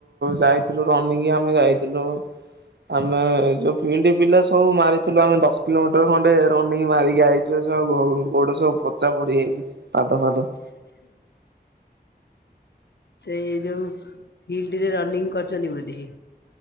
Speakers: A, on the right; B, on the left.
A: ଯାଇଥିଲୁ ରନିଙ୍ଗ ଆମେ ଯାଇଥିଲୁ ଆମେ ଯୋଉ ଫଡ ପିଲା ସବୁ ମାରିଥିଲୁ ଆମେ ଦଶ କିଲୋମିଟର ଖଣ୍ଡେ ରନିଂ ମାରିକି ଯଇଛ ସବୁ ଘ ଗୋଟେ ସବ ପଚା ପଡିଯାଇଛି ପାଦ ପାଦ
B: ସେ ଯୋଉ ଫିଲ୍ଡରେ ରନିଂ କରିଛନ୍ତି ବୋଧି?